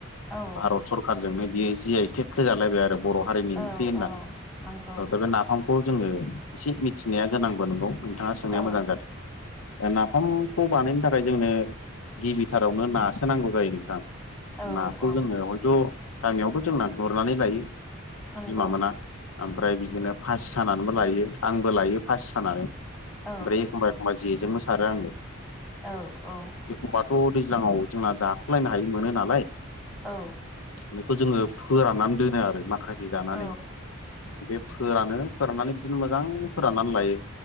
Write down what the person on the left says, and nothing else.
भारत सरखारारजोंनो बियो जिया ए थेक खोजालायबाय आरो बर' हारिनि
ओंख्रि होननानै
औ दा बे नाफाम खौ जोङो एसे मिथिनाया गोनांबो नंगौ नोंथाङा सोंनाया
मोजां जादों ओ नाफामखौ बानायनो थाखाय जोंनो गिबिथारावनो नासोनांगौ जायो नोंथां
नाखौ
जोङो हयथ' गामियावथ' जोंना गुरनानै लायो
बिमा मोना ओमफ्राय बिदिनो फासि सानानैबो लायो आंबो लायो फासि सानानै
ओमफ्राय एखमबा एखमबा जेजोंबो सारो आङो
एखबाथ' दैज्लाङाव जोंना जाखलायनो हायि मोनो नालाय
बेखौ जोङो फोराननानै दोनो आरो माखासे जानानै
बे फोरानो फोराननानै बिदिनो मोजां फोराननानै लायो